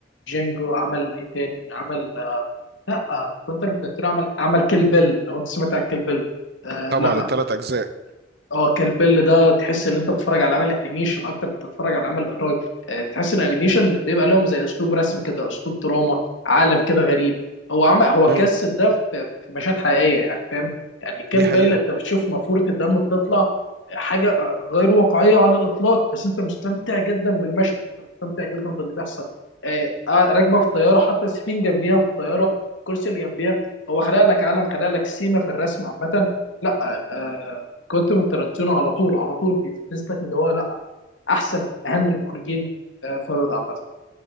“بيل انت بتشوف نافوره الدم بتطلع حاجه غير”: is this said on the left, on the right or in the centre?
Left